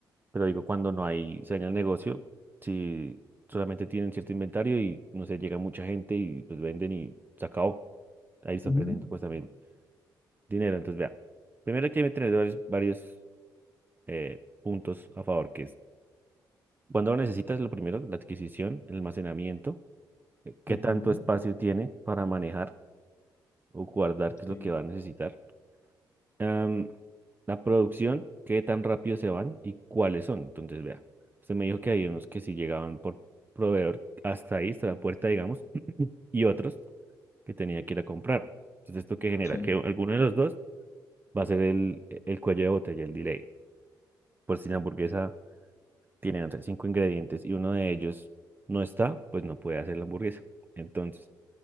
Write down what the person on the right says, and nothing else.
pero digo cuando no hay, se daña el negocio, si solamente tienen cierto inventario y no sé, llega mucha gente y pues venden y se acabó. Ahí están
perdiendo pues también dinero. Entonces, vea, primero que hay que tener varios, varios eh, puntos a favor, que es cuando lo necesitas, lo primero, la adquisición, el almacenamiento, eh, qué
tanto espacio tiene para manejar o guardar,
qué es lo que va a necesitar. Am, la producción, qué tan rápido se van y cuáles son. Entonces, vea, usted me dijo que hay unos que si llegaban por proveedor hasta ahí, hasta la puerta, digamos, <clears throat> y otros que tenía que ir a comprar. Entonces, ¿esto qué genera?
Que alguno de los dos va a ser el, el cuello de botella, el delay. Por si la hamburguesa tiene, no sé, cinco ingredientes y uno de ellos no está, pues no puede hacer la hamburguesa. Entonces,